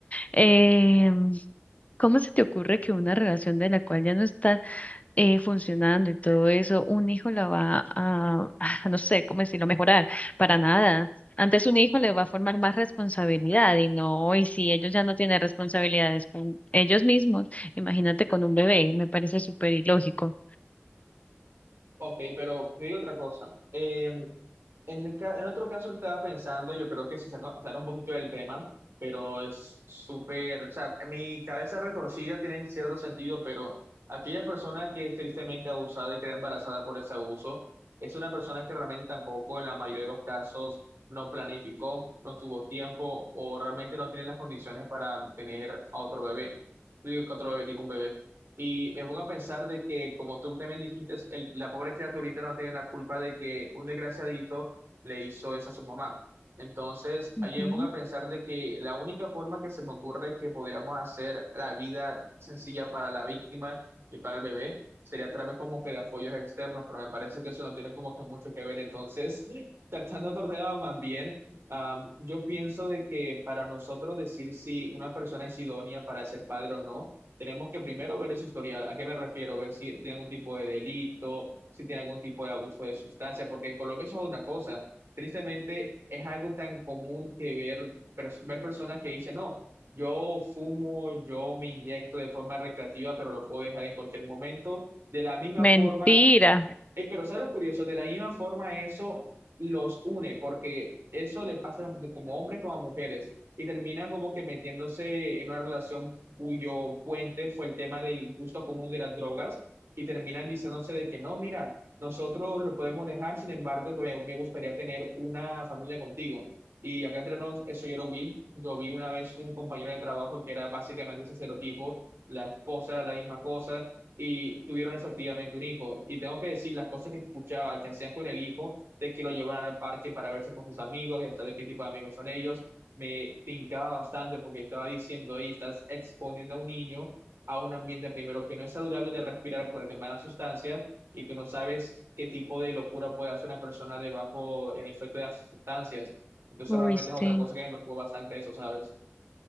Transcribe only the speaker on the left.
Eh, ¿cómo se te ocurre que una relación de la cual ya no está eh, funcionando y todo eso, un hijo la va a, <laughs> no sé cómo decirlo, mejorar, para nada. Antes un hijo le va a formar más responsabilidad y no, y si ellos ya no tienen responsabilidades con ellos mismos, imagínate con un bebé, me parece súper ilógico.
Ujú.
Mentira.
Uy,
sí.